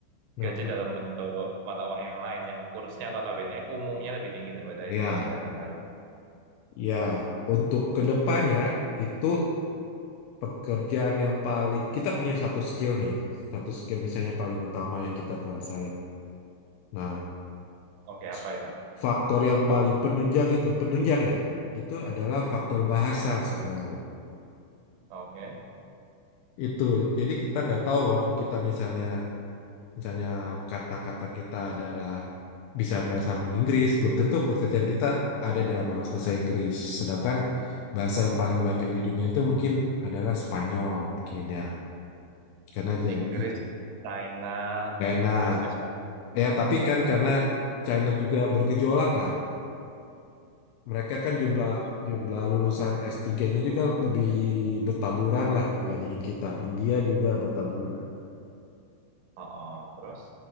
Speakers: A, on the left; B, on the right.
A: Dapat.
B: gaji dalam bentuk mata uang yang lain yang kursnya notabene umumnya lebih tinggi daripada
A: Ya,
B: Indonesia nih harus
A: ya. Untuk kedepannya itu pekerjaan yang paling kita punya satu skill nih, satu skill misalnya paling utama yang kita kuasain. Nah,
B: oke apa
A: s-
B: itu
A: faktor yang paling penunjang itu, penunjang ya, itu adalah faktor
B: Mhm.
A: bahasa sebenarnya.
B: oke
A: Itu, jadi kita nggak tahu walaupun kita misalnya, misalnya kata-kata kita adalah bisa bahasa Inggris, belum tentu pekerjaan kita ada dalam bahasa bahasa Inggris. Sedangkan bahasa yang paling banyak di dunia itu mungkin adalah Spanyol mungkin ya, karena jadi
B: Inggris China
A: China.
B: terus Espanya
A: Ya,
B: ya
A: tapi kan karena China juga bergejolak lah. Mereka kan jumlah
B: Oke.
A: jumlah lulusan S3-nya juga kan lebih bertaburan lah dibandingin kita. India juga bertaburan.
B: oh, oh. terus